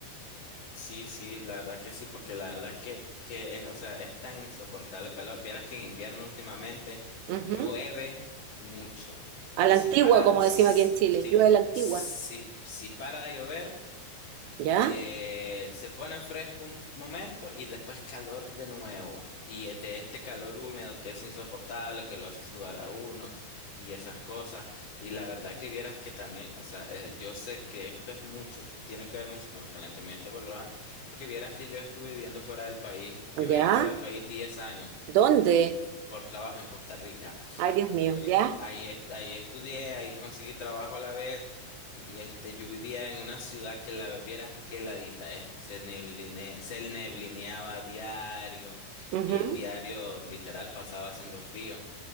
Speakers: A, on the left (about 40°); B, on the right (about 75°).
A: Sí, sí, la verdad que sí, porque la verdad que, que es, o sea, es tan insoportable el calor. Vieras que en invierno últimamente
B: Ujú.
A: llueve mucho.
B: A la
A: Si
B: antigua,
A: para,
B: como
A: si,
B: decimos aquí en Chile. Yo a la antigua.
A: si, si para de llover
B: ¿Ya?
A: eh, se pone fresco un momento y después calor de nuevo. Y es de este calor húmedo que es insoportable, que lo hace sudar a uno y esas cosas. Y la verdad que vieras que también, o sea, eh, yo sé que esto es mucho, tiene que ver mucho con el calentamiento global, porque vieras que yo estuve viviendo fuera del país. Yo
B: ¿Ya?
A: viví fuera del país 10 años
B: ¿Dónde?
A: por trabajo en Costa Rica.
B: Ay, Dios mío.
A: Eh,
B: ¿Ya?
A: ahí, est- ahí estudié, ahí conseguí trabajo a la vez y este, yo vivía en una ciudad que la vieras que heladita, este, se nebline- se neblineaba diario
B: Ujú.
A: y diario literal pasaba haciendo frío.